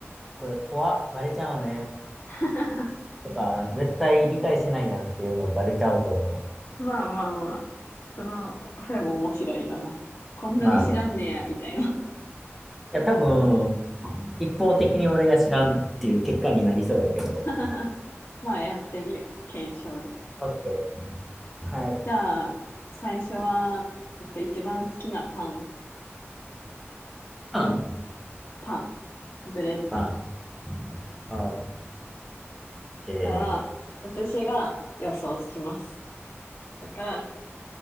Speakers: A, in the centre; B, on the left (about 65°).
A: これ怖っ。バレちゃうね。
B: <laughs>
A: とか、絶対理解してないやんっていうのをバレちゃうと思
B: まあまあまあ、その、それも面白いよな。こんなに知らんねや、
A: う。まあまあ。い
B: みたいな。
A: や、多分、一方的に俺が知らんっていう結果になりそうやけど。
B: <laughs> まあ、やってみよう。検証で。
A: オッケー。はい。
B: じゃあ、最初は、えっと、一番好きなパン、
A: パン
B: パン、ブレッド。
A: パン。オッケー。
B: じゃあ、私が予想します。だから、